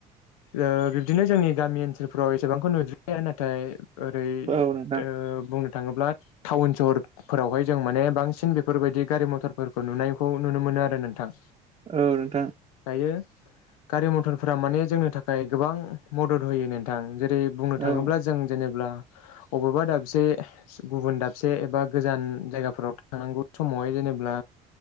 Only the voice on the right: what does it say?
औ नोंथां
औ नोंथां
औ